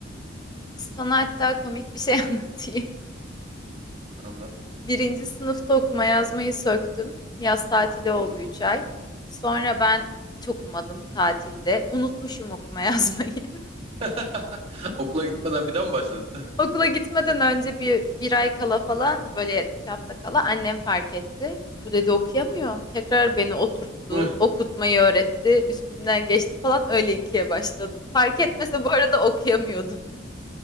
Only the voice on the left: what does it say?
Sana hatta komik bir şey <laughs> anlatayım.
Birinci sınıfta okuma yazmayı söktüm. Yaz tatili oldu
3 ay. Sonra ben hiç okumadım tatilde. Unutmuşum okuma yazmayı. <laughs>
Okula gitmeden önce bir, bir ay kala falan böyle iki hafta kala annem fark etti. Bu dedi okuyamıyor. Tekrar beni oturttu,
okutmayı öğretti, üstünden geçti falan öyle ikiye başladım. Fark etmese bu arada okuyamıyordum.